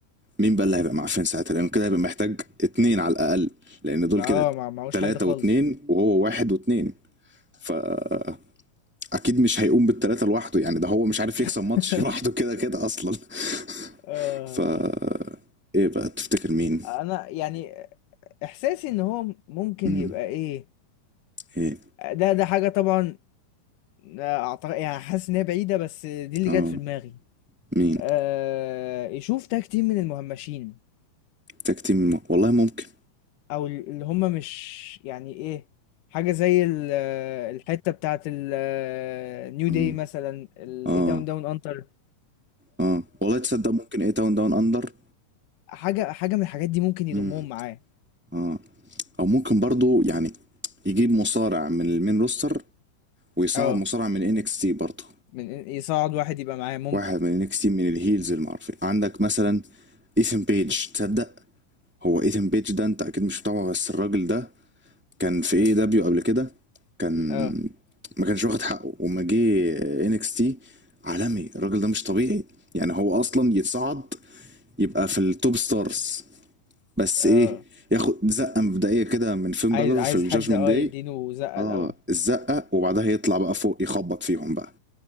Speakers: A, in the centre; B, on the left (about 75°).
A: مين بقى اللي هيبقى معفن ساعتها لانه كده هيبقى محتاج اتنين على الاقل لان دول
B: اه
A: كده
B: ما معهوش
A: تلاتة
B: حد خالص
A: واتنين وهو واحد واتنين فا اكيد مش هيقوم بالتلاتة لوحده يعني ده هو مش عارف يكسب
B: <laughs>
A: ماتش <laughs> لوحده كده كده اصلا
B: آه،
A: <applause> فا ايه بقى تفتكر مين
B: انا يعني احساسي ان هو ممكن
A: مم.
B: يبقى ايه
A: ايه
B: ده ده حاجه طبعا اعتقد يعني حاسس ان هي بعيده بس دي اللي
A: اه
B: جت في دماغي
A: مين
B: آه، يشوف تاج تيم من المهمشين
A: تاك تيم م- والله ممكن
B: او ال- اللي هم مش يعني ايه حاجه زي ال- الحته بتاعت النيو داي
A: اه
B: مثلا الاي
A: اه
B: تاون داون انتر
A: اه والله تصدق ممكن ايه تاون داون اندر
B: حاجة حاجة من الحاجات دي ممكن يضمهم
A: مم.
B: معاه
A: اه او ممكن برضو يعني يجيب مصارع من المين روستر ويصعد
B: اه
A: مصارع من انكس تي برضه
B: من يصعد واحد يبقى معاه ممكن
A: واحد من انكس تي من الهيلز المعروفين عندك مثلا ايثن بيج تصدق هو ايثن بيج ده انت اكيد مش متابعه بس الراجل ده كان في اي دبليو قبل كده كان
B: اه
A: ما كانش واخد حقه وما جه انكس تي عالمي الراجل ده مش طبيعي يعني هو اصلا يتصعد يبقى في التوب ستارز بس
B: اه
A: ايه ياخد زقه مبدئيه كده من فين
B: عايز
A: بالر
B: عايز
A: في الجاجمنت
B: حد اه
A: داي
B: يديله زقة
A: اه
B: الأول
A: الزقه وبعدها يطلع بقى فوق يخبط فيهم بقى